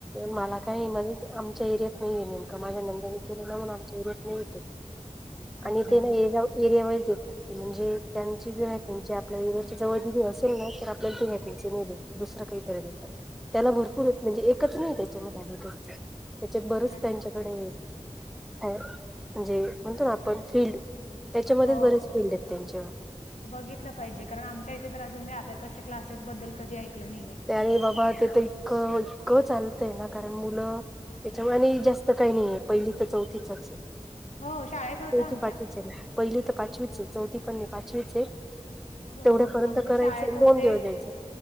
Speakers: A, in the centre; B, on the left (about 85°).
A: मला काही म्हण आमच्या एरियात नाही आहेे नेमका माझ्या नंद्यांने केलेलं म्हणून आमच्या एरियात नाही येत.
B: <inaudible>
A: आणि ते न
B: मग
A: एरिया एरियावाईज देतात म्हणजे त्यांची जे त्यां आपल्या एरियाच्या जवळ दिली असेल ना तर आपल्याला ते वॅकेनसी नाही देत. दुसर काहीतरी देतात. त्याला भरपूर येत म्हणजे एकच नाही त्याच्या मध्ये अबाकसच. त्याच्यात बरच
B: अच्छा
A: त्यांच्याकडे आहे. म्हणजे म्हणतो ना आपण फील्ड. त्याच्यामध्येच
B: हो.
A: बरेच फील्ड आहेत त्यांच्यावाले.
B: बघितलं पाहिजे कारण आमच्या इथे तर अजून मी अबाकस च्या क्लासेस बद्दल कधी ऐकलं नाहीये.
A: त्या आणि बाबा ते तर इतकं इतकं चालतंय ना कारण मुलं त्याच्यामधी जास्त काही नाही आहे पहिली तर चौथीचच आहे.
B: हो शाळेत होतं
A: चौथी
B: आमच्या.
A: पाचवीच आहे ना पहिली तर पाचवीच चौथी पणणे पाचवीच आहे
B: हो
A: तेवढ्यापर्यंत
B: आमच्या
A: करायचं
B: शाळेत होते
A: दोन दिवस द्यायचं